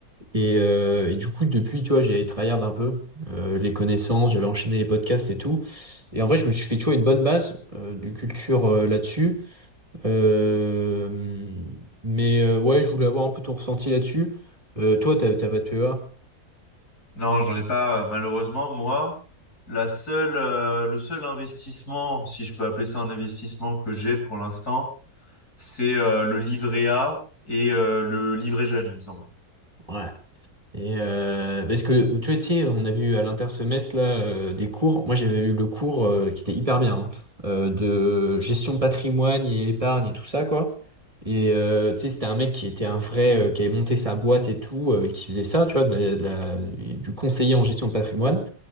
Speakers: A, on the right; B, on the left.
A: Et, euh, et du coup, depuis, tu vois, j'ai tryhard un peu euh, les connaissances, j'avais enchaîné les podcasts et tout. Et en vrai, je me suis fait, tu vois, une bonne base euh, de culture euh, là-dessus. Euh, mais euh, ouais, je voulais avoir un peu ton ressenti là-dessus. Euh, toi, t'as t'as pas de PEA?
B: Non, j'en ai pas, euh, malheureusement. Moi, la seule, euh, le seul investissement, si je peux appeler ça un investissement que j'ai pour l'instant, c'est euh, le livret A et euh, le livret jeune, il me semble.
A: Ouais. Et euh, parce que tu vois, tu sais, on a vu à l'intersemestre là euh, des cours. Moi, j'avais eu le cours euh, qui était hyper bien hein, euh, de gestion de patrimoine et épargne et tout ça quoi. Et euh, tu sais, c'était un mec qui était un vrai euh, qui avait monté sa boîte et tout, euh, qui faisait ça, tu vois, de la- de la- du conseiller en gestion de patrimoine.